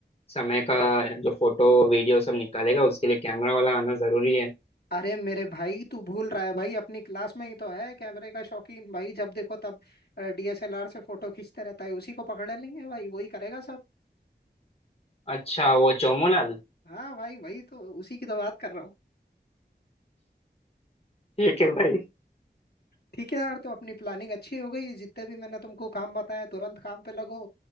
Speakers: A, on the left (about 35°); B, on the left (about 65°).
A: समय का जो फोटो वीडियो सब निकालेगा उसके लिए कैमरा वाला आना जरूरी है
B: अरे मेरे भाई तू भूल रहा है भाई अपनी क्लास में ही तो है कैमरे का शौकीन भाई जब देखो तब डीएसएलआर से फोटो खींचते रहता है उसी को पकड़ लेंगे भाई वही करेगा सब
A: अच्छा वो चोमोलाल
B: हाँ भाई वही तो उसी की तो बात कर रहा हूँ
A: ठीक है भाई
B: ठीक है यार तो अपनी प्लानिंग अच्छी हो गई जितने भी मैंने तुमको काम बताया तुरंत काम पे लगो